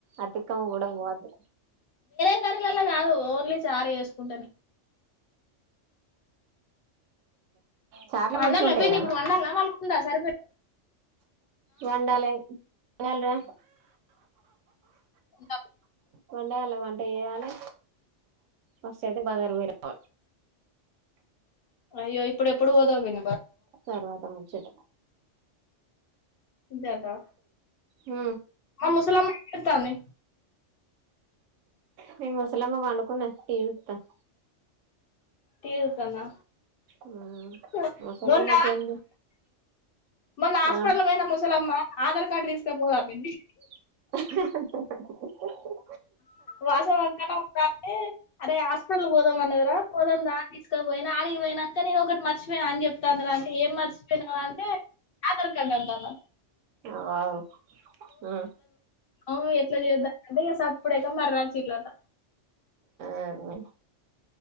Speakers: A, on the right; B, on the left.
A: అతికము కూడా వాద్దు
B: అందరిల్లాల కాదు ఓన్లీ చారు ఏసుకుంటేనే
A: చార్లు
B: వండాల
A: మంచిగా ఉంటాయిరా
B: పిన్నీ ఇప్పుడు వండాల మళ్ళిమ్ద సరిపెట్టు
A: వండాలే వండాలిరా
B: వుంటపు
A: వండగలవా అంటే ఏయాలి ఫస్ట్ అయితే బజార్ పోయి రావాలి
B: అయ్యో ఇప్పుడు ఎప్పుడు పోదావు వినబ
A: తర్వాత ముచ్చట
B: జత
A: ఉ
B: మా ముసలమ్మ ఏం చేస్తాంది?
A: మీ ముసలమ్మ పండుకున్నది, టీవీ చూస్తుంది.
B: టీవీ చూస్తుందా
A: ఉమ్
B: అ
A: ముసలమ్మకేంది
B: మొన్న మొన్న హాస్పిటల్
A: ఆ
B: పోయిన ముసలమ్మా ఆధార్ కార్డు తీసుక పోదా పిన్ని
A: అహ్హ్హ్హ్
B: వాసవి అక్క అన్న ఉందా అంటే అరే హాస్పిటల్ పోదాం అన్నది రా పోదాం దా అని తీసుకపోయినా ఆడిగి పోయినాక నేను ఒకటి మర్చిపోయన అని చెప్తాంది రా అంటే ఏం మర్చపోయనావ్ అంటే ఆధార్ కార్డు అంటన్నది
A: అవావ్ అ
B: అవు ఎట్లా చేస్తానంటే సప్పుడ ఎకా మరచిల్లట
A: హబ్బీ